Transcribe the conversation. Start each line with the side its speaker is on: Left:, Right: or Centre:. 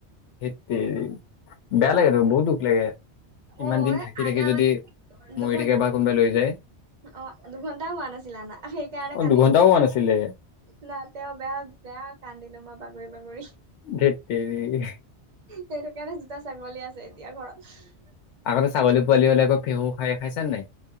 Left: ধেততেৰি বেয়া লাগে ত বহুত দুখ লাগে। ইমান
Right: অ
Left: দিন থাকি
Right: আনা
Left: থাকি যদি
Right: মানে দুঘন্টা
Left: মৰি থাকে বা কোনোবাই লৈ যায়।
Right: অ দুঘন্টা হোৱা নাছিল আনা সেইকাৰণে
Left: অ
Right: কান্দি।
Left: দুঘন্টাও হোৱা নাছিলে
Right: না তেওঁ বেয়া বেয়া কান্দিলো মই বাগৰি বাগৰি।
Left: ধেৎতেৰি।
Right: সেইটো কাৰণে দুটা ছাগলী আছে এতিয়া ঘৰত।
Left: আগতে ছাগলী পোৱালি হ'লে আকৌ ফেঁহু খাই খাইছা নে নাই।